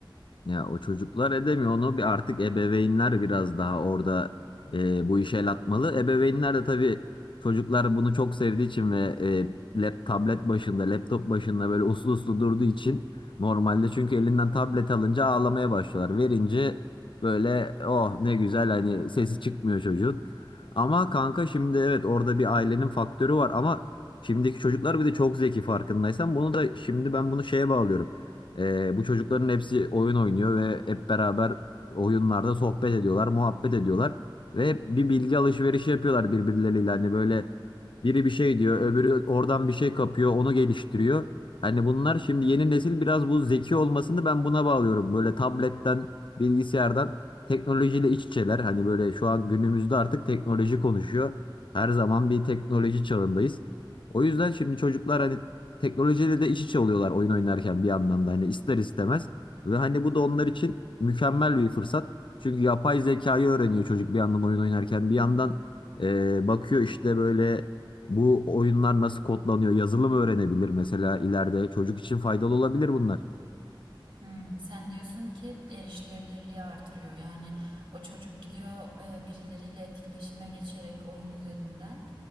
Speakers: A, on the left; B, on the right.
A: Ya o çocuklar edemiyor onu bir artık ebeveynler biraz daha orada e, bu işe el atmalı. Ebeveynler de tabii çocuklar bunu çok sevdiği için ve e, lap, tablet başında, laptop başında böyle uslu uslu durduğu için normalde çünkü elinden tablet alınca ağlamaya başlıyorlar. Verince böyle oh ne güzel hani sesi çıkmıyor çocuğun. Ama kanka şimdi evet orada bir ailenin faktörü var ama şimdiki çocuklar bir de çok zeki farkındaysan bunu da şimdi ben bunu şeye bağlıyorum. Ee, bu çocukların hepsi oyun oynuyor ve hep beraber oyunlarda sohbet ediyorlar, muhabbet ediyorlar ve hep bir bilgi alışverişi yapıyorlar birbirleriyle. Hani böyle biri bir şey diyor, öbürü oradan bir şey kapıyor, onu geliştiriyor. Hani bunlar şimdi yeni nesil biraz bu zeki olmasını ben buna bağlıyorum. Böyle tabletten, bilgisayardan teknolojiyle iç içeler. Hani böyle şu an günümüzde artık teknoloji konuşuyor. Her zaman bir teknoloji çağındayız. O yüzden şimdi çocuklar hani teknolojiyle de iç içe oluyorlar oyun oynarken bir yandan da hani ister istemez ve hani bu da onlar için mükemmel bir fırsat. Çünkü yapay zekayı öğreniyor çocuk bir yandan oyun oynarken bir yandan eee, bakıyor işte böyle bu oyunlar nasıl kodlanıyor yazılım öğrenebilir mesela ileride çocuk için faydalı olabilir bunlar.
B: Hmm, sen diyorsun ki erişilebilirliği artırıyor. Yani o çocuk gidiyor e, birileriyle etkileşime geçerek oyun üzerinden